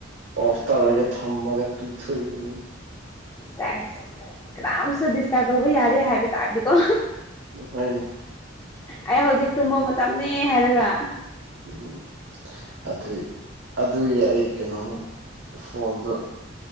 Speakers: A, on the right; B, on the left.
A: ꯑꯣꯐ ꯇꯧꯔꯒꯦ ꯊꯝꯃꯒ ꯇꯨꯝꯊꯣꯛꯏꯅꯤ
B: ꯁꯥꯏꯁ ꯀꯅꯥꯝꯁꯨ ꯗꯤꯁꯇꯔꯕ ꯇꯧꯕ ꯌꯥꯗꯦ ꯍꯥꯏꯕ ꯇꯥꯕꯗꯀꯣ
A: ꯍꯣꯏꯅꯦ <unintelligible>
B: ꯑꯩ ꯍꯧꯖꯤꯛ ꯇꯨꯝꯕ ꯃꯇꯝꯅꯤ ꯍꯥꯏꯔꯒ
A: ꯎꯝ ꯑꯗꯨꯏ ꯑꯗꯨꯒꯤ ꯑꯩ ꯀꯩꯅꯣꯝꯃ ꯐꯣꯟꯗꯣ